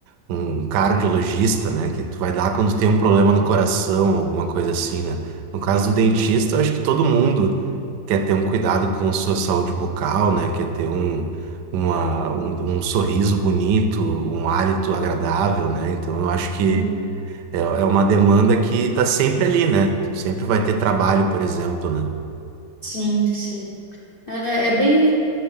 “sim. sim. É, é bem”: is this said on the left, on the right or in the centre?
Left